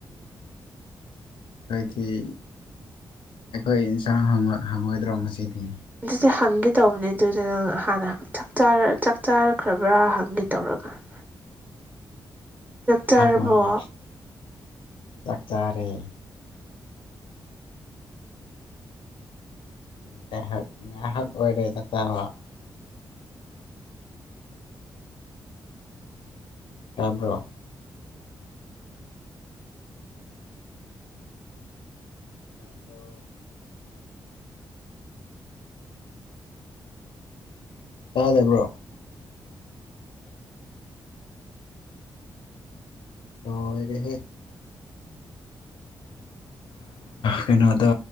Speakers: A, on the left; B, on the right.
A: ꯑꯩꯈꯣꯏꯗꯤ ꯑꯩꯈꯣꯏ ꯏꯟꯁꯥꯡ ꯍꯪꯉꯣꯏꯗ꯭ꯔꯣ ꯉꯁꯤꯗꯤ
B: ꯑꯗꯨꯁꯦ ꯍꯪꯒꯦ ꯇꯧꯕꯅꯦ ꯑꯗꯨꯗ ꯅꯪ ꯍꯥꯟꯅ ꯆꯥꯛ ꯆꯥꯔꯛꯈ꯭ꯔꯕ꯭ꯔꯥ ꯍꯪꯒꯦ ꯇꯧꯔꯒ <inaudible> ꯆꯥꯔꯕꯣ
A: ꯍꯪꯉꯣꯅꯦ ꯆꯥꯛ ꯆꯥꯔꯦ ꯉꯥꯏꯍꯥꯛ ꯉꯥꯏꯍꯥꯛ ꯑꯣꯏꯔꯦ ꯆꯥꯛꯆꯥꯕ ꯇꯥꯕ꯭ꯔꯣ ꯇꯕꯔꯣ ꯇꯥꯗꯕ꯭ꯔꯣ ꯂꯣꯏꯔꯦꯍꯦ ꯀꯩꯅꯣꯗꯣ